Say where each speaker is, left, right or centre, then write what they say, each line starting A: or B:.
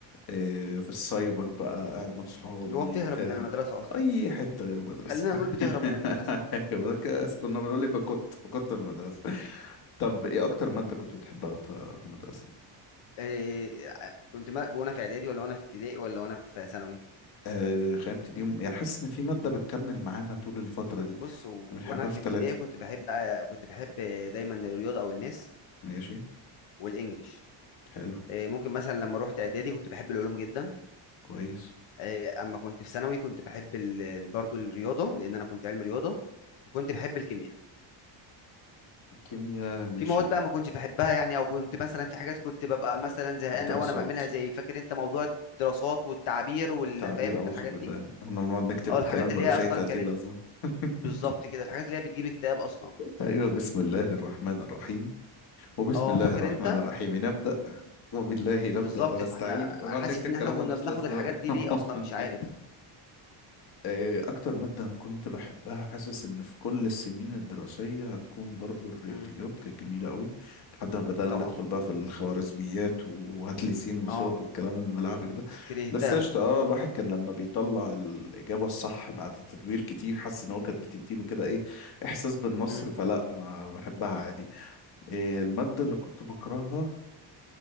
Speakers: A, on the left; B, on the left.
A: إيه، في السايبر بقى قاعد مع صحابي
B: اللي هو بتهرب
A: بتاع
B: من المدرسه اصلا
A: اي حته غير المدرسه
B: خلينا
A: <laughs>
B: نقول بتهرب من المدرسة
A: ايوه ده كاس- كنا بنقول يبقى كنت كنت في المدرسه طب ايه اكتر ماده كنت بتحبها وأنت في المدرسه
B: إيه كنت ما وانا في اعدادي ولا وانا في ابتدائي ولا وانا في ثانوي
A: آه خلينا نبتدي يوم- يعني حاسس ان في ماده بتكمل معانا طول الفتره دي
B: بص و-
A: بنحبها
B: وانا في
A: في
B: ابتدائي
A: ثلاثه
B: كنت بحب كنت بحب دايما الرياضة او الماس
A: ماشي
B: والانجليش
A: حلو
B: إيه ممكن مثلا لما روحت اعدادي كنت بحب العلوم جدا
A: كويس
B: إيه اما كنت في ثانوي كنت بحب ال- ال- برضو الرياضة لان انا كنت علمي رياضة وكنت بحب الكيمياء
A: الكيمياء ماشي
B: في مواد
A: انا
B: بقى ما كنتش بحبها يعني او كنت مثلا في حاجات كنت ببقى مثلا زهقان
A: الدراسات
B: او انا بعملها زي فاكر انت موضوع الدراسات والتعبير والفاهم
A: التعبير
B: انت
A: اعوذ
B: الحاجات
A: بالله
B: دي
A: كنا بنقعد نكتب
B: اه الحاجات
A: كلام
B: اللي
A: ملوش
B: هي اصلا
A: اي 30
B: كانت
A: لازمه <laughs>
B: بالظبط كده الحاجات اللي هي بتجيب اكتئاب اصلا
A: ايوه بسم الله الرحمن الرحيم وبسم
B: اه
A: الله
B: فاكر
A: الرحمن
B: انت
A: الرحيم نبدا وبالله نبدا
B: بالظبط
A: ونستعين
B: فاحنا
A: ونقعد
B: حاسس
A: نكتب
B: ان
A: كلام
B: احنا كنا
A: ملوش
B: بناخد
A: لازمه
B: الحاجات دي ليه
A: <laughs>
B: اصلا مش عارف
A: إيه أكتر مادة أنا كنت بحبها حاسس إن في كل السنين الدراسية هتكون برضو الرياضيات
B: امم
A: كانت جميلة قوي لحد ما بدأنا
B: طبعا
A: ندخل بقى في الخوارزميات وهات لي س وصاد
B: اه
A: والكلام الملعبك ده
B: كرهتها
A: بس قشطة اه الواحد كان لما بيطلع الإجابة الصح بعد تدوير كتير حاسس إن هو كانت بتديله كده إيه إحساس بالنصر
B: امم
A: فلا أنا بحبها عادي إيه المادة اللي كنت بكرهها